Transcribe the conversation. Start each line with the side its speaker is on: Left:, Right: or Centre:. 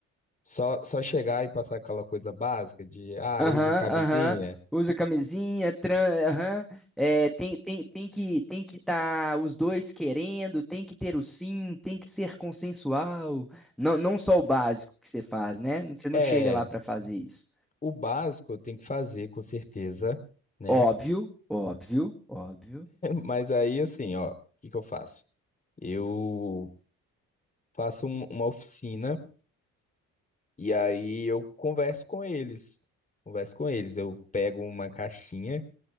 Left: só, só chegar e passar aquela coisa básica de ah,
Centre: Aham,
Left: usem camisinha.
Centre: aham. Usa camisinha, tran, aham. É, tem, tem, tem que tem que estar os dois querendo, tem que ter o sim, tem que ser consensual. Não, não só o básico que você faz, né? Você não
Left: É,
Centre: chega lá para fazer isso.
Left: o básico eu tenho que fazer, com certeza né?
Centre: Óbvio, óbvio, óbvio.
Left: Mas aí, assim, ó, o que que eu faço? Eu faço um- uma oficina e aí eu converso com eles. Converso com eles. Eu pego uma caixinha,